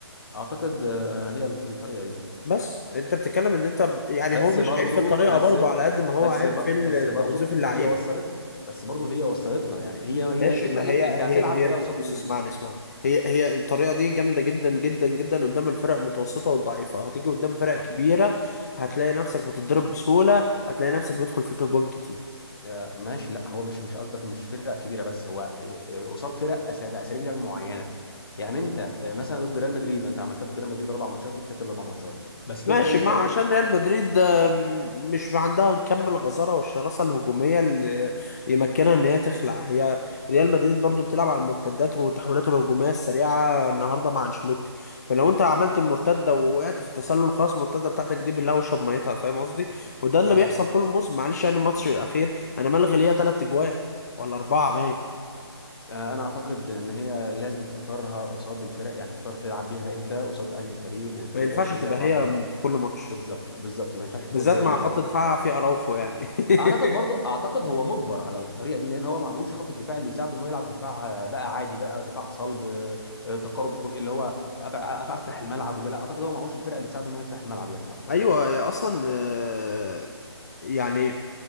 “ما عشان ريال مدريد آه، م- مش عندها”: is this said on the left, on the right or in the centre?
Left